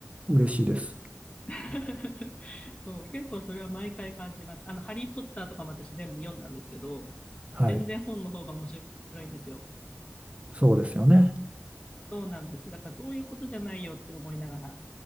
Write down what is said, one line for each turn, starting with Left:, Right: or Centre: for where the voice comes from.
Right: 嬉しいです。
Left: <laughs> そう、結構それは毎回感じます。あの、ハリー・ポッターとかも私全部読んだんですけど、
Right: はい、
Left: 全然本の方が面白いんですよ。
Right: そうですよね。
Left: そうなんです。だからそういうことじゃないよって思いながら